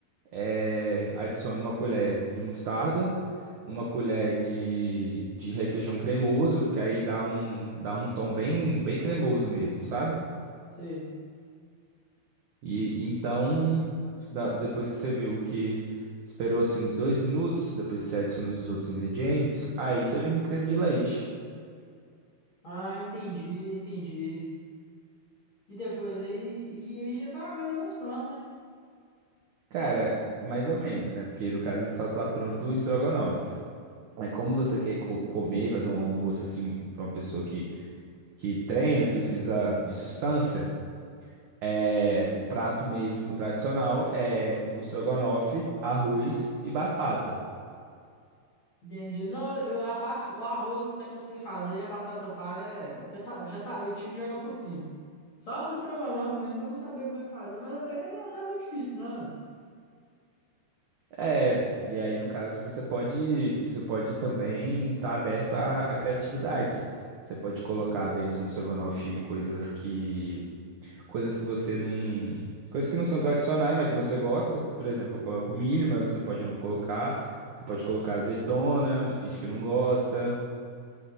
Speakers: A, on the right (about 65°); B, on the left (about 35°).
A: é, adiciono uma colher de mostarda, uma colher de, de requeijão cremoso, porque aí dá um, dá um tom bem, bem cremoso mesmo, sabe?
B: Sei.
A: E então, da- depois que você viu que esperou assim uns dois minutos, depois você adiciona esses outros ingredientes, aí você vem com creme de leite.
B: Ah, entendi, entendi. E depois aí, e aí já tá mais ou menos pronto, né?
A: Cara, mais ou menos, né? Porque no caso está lá pronto o estrogonofe. Mas como você quer co- comer, fazer um almoço assim, para uma pessoa que, que treina, precisa de sustância, é, o prato mesmo tradicional é o estrogonofe, arroz e batata.
B: Entendi. Não, eu, a parte, o arroz até que eu sei fazer, e a batata palha, é, até sa- já sabia que tinha que jogar por cima. Só o estrogonofe mesmo que eu não sabia como é que fazia, mas até que não, não é muito difícil, não. né?
A: É, e aí no caso você pode, você pode também estar aberto à, à criatividade. Você pode colocar dentro do estrogonofe coisas que coisas que você não. Coisas que não são tradicionais, mas que você gosta. Por exemplo, eu coloco milho, mas você pode não colocar. Você pode colocar azeitona, mas tem gente que não gosta.